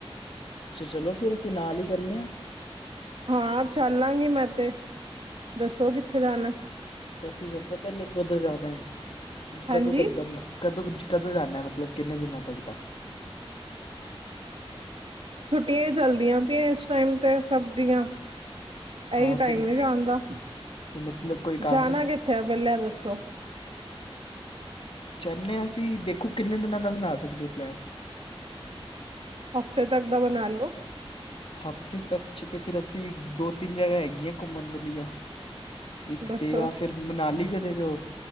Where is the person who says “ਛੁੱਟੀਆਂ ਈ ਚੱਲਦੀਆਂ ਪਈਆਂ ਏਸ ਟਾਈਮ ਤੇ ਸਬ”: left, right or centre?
Right